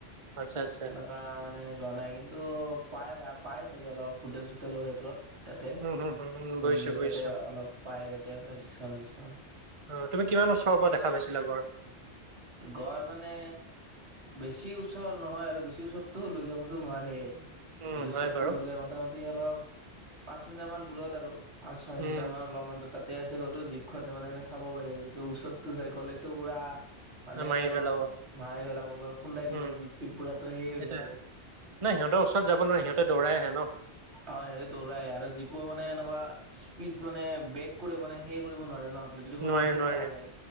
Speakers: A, on the right; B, on the right.
A: আচ্ছা আচ্ছা।
B: বা মানে যোৱা নাই কিন্তু পাই পাই চাগে অলপ হোটেল চোটেলৰ ক্ষেত্ৰত। তাতে
A: উম, হুম, হুম, হুম,
B: চ
A: বুজিছোঁ, বুজিছোঁ।
B: তাতে অলপ পাই তাতে হয় ডিচকাউন্ট চিচকাউট।
A: অঁ তুমি কিমান ওচৰৰ পৰা দেখা পাইছিলা গঁড়।
B: গঁড় মানে। বেছি ওচৰ নহয় আৰু বেছি ওচৰতো লৈ যাবতো নোৱাৰে।
A: উম,
B: এইটো
A: হয়
B: চৰতো
A: বাৰু।
B: গ'লে মোটামুটি অলপ পাঁচ মিনিট মান দূৰত আৰু। পাঁচ ছয়
A: উম,
B: মিটাৰ মান অলপমান দূৰ তাত তে আছে গড়তো জীপখনতে মানে চাব পাৰি। ওচৰততো যাই গ'লেতো পুৰা মানে
A: মাৰি
B: অলপ
A: পেলাব।
B: মাৰি পেলাব খুন্দাই দিব
A: উম,
B: জীপটিপ পুৰাটো সেই হৈ
A: সেইটোৱে।
B: যাব।
A: নাই সিহঁতৰ ওচৰত যাব নোৱাৰি সিহঁতে দৰাই আহে ন।
B: হয় সেইটো দৌৰাই আৰু, জীপটো মানে এনেকুৱা স্পীড মানে বে'ক কৰিব মানে সেই কৰিব নোৱাৰে ন। যদি সন্মুখৰ
A: নোৱাৰে নোৱাৰে
B: পৰা আহে